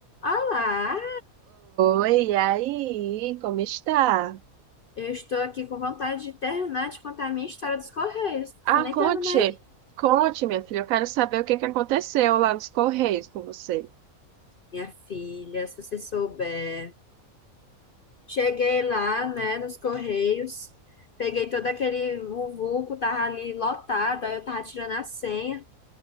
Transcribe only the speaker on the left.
Olá!
Eu estou aqui com vontade de terminar de contar a minha história dos Correios,
que eu nem
terminei.
Minha filha, se você souber. Cheguei lá, né, nos Correios, peguei todo aquele vuvuco, tava ali lotado, aí eu tava tirando a senha,